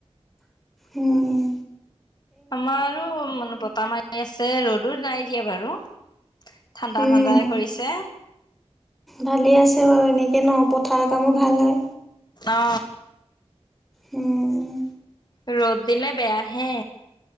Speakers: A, in the centre; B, on the left.
A: হম
B: আমাৰো মানে বত ম াই আছে ৰ'দো নাই দিয়া বাৰু ঠাণ্ডা
A: উম
B: ঠাণ্ডাই কৰিছে
A: ভালেই আছে বাৰু এনেকে ন পথাৰ কামো ভাল হয়
B: অ
A: হম
B: ৰ'দ দিলে বেয়া হে